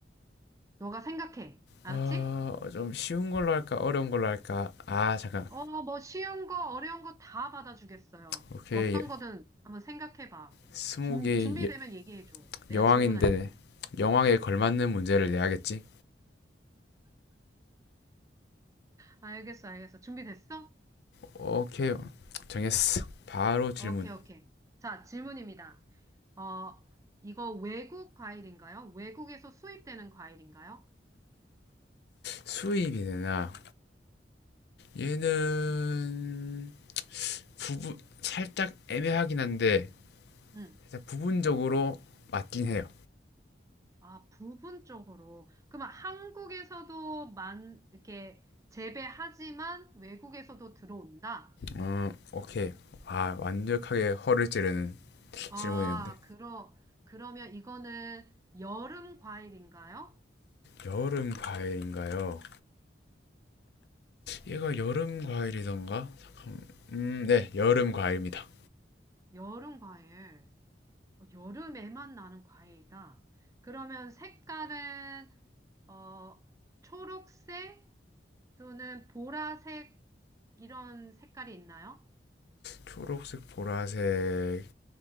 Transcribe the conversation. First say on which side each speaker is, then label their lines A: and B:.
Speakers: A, on the right; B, on the left.
A: 너가 생각해. 알았지?
B: 어, 좀 쉬운 걸로 할까? 어려운 걸로 할까? 아, 잠깐.
A: 어, 뭐 쉬운 거, 어려운 거 다 받아주겠어요.
B: 오케이.
A: 어떤
B: 예,
A: 거든 한번 생각해봐.
B: 스무
A: 준,
B: 개의
A: 준비되면
B: 여-
A: 얘기해줘. 내가
B: 여왕인데
A: 질문할게.
B: 여왕에 걸맞는 문제를 내야겠지?
A: 아, 알겠어, 알겠어. 준비됐어?
B: 오케이. 정했어. 바로 질문.
A: 오케이, 오케이. 자, 질문입니다. 어, 이거 외국 과일인가요? 외국에서 수입되는 과일인가요?
B: 수입이 되나? 얘는
A: 응,
B: 부분 살짝 애매하긴 한데
A: 응.
B: 일단 부분적으로 맞긴 해요.
A: 아, 부분적으로. 그러면 한국에서도 만, 이렇게 재배하지만 외국에서도 들어온다?
B: 음, 오케이. 아, 완벽하게 허를 찌르는
A: 아,
B: 질문이었는데
A: 그러, 그러면 이거는 여름 과일인가요?
B: 여름 과일인가요? 얘가 여름 과일이던가? 잠깐. 음, 네, 여름 과일입니다.
A: 여름 과일. 어, 여름에만 나는 과일이다. 그러면 색깔은, 어, 초록색 또는 보라색 이런 색깔이 있나요?
B: 초록색, 보라색